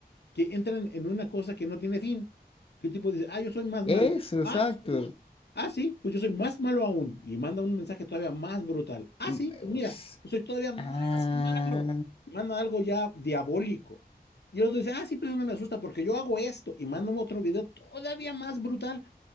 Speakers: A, on the left (about 75°); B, on the left (about 35°).
A: que entran en una cosa que no tiene fin. Que un tipo dice, ah, yo soy más
B: Eso,
A: malo.
B: exacto.
A: Ah, sí. Ah, sí, pues yo soy más malo aún. Y manda un mensaje todavía más brutal. Ah,
B: Mm,
A: sí, pues mira,
B: es-
A: yo soy todavía más
B: Ah,
A: malo. Y manda algo ya diabólico. Y el otro dice, ah, sí, pero eso no me asusta porque yo hago esto. Y manda otro video todavía más brutal.